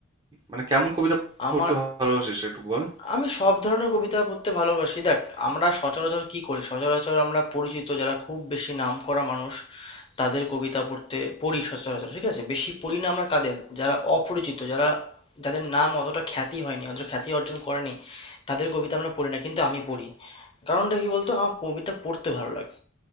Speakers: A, on the right; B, on the left.
A: মানে কেমন কবিতা
B: আমার
A: পড়তে ভালোবাসিস একটু বল?
B: আমি সব ধরনের কবিতা পড়তে ভালোবাসি দেখ আমরা সচরাচর কি করি সচরাচর আমরা পরিচিত যারা খুব বেশি নামকরা মানুষ তাদের কবিতা পড়তে পড়ি সচরাচর ঠিক আছে বেশি পড়ি না আমরা কাদের যারা অপরিচিত যারা যাদের নাম অতটা খ্যাতি হয়নি অতটা খ্যাতি অর্জন করেনি তাদের কবিতা আমরা পড়ি না কিন্তু আমি পড়ি কারণটা কি বলতো আমার কবিতা পড়তে ভালো লাগে